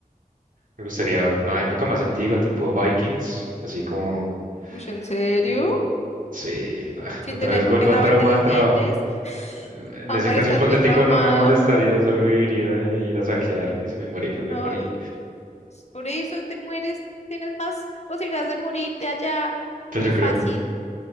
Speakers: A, on the right; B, on the left.
A: Me gustaría una época más antigua, tipo Vikings, así como,
B: Ush, ¿en serio?
A: como, sí, no, <laughs>
B: Sin
A: otra
B: tener
A: vez
B: con
A: vuelvo
B: qué lavarte
A: al trauma
B: los
A: del trabajo.
B: dientes. <laughs>
A: Eh, En
B: Amor,
A: ese caso
B: estás
A: hipotético
B: muy traumado.
A: no me molestaría,
B: <laughs>
A: solo viviría de ir a saquear y si me morí, pues me
B: No,
A: morí.
B: y por eso te mueres. Tienes más posibilidades de morirte allá.
A: Pero
B: Muy
A: creo,
B: fácil.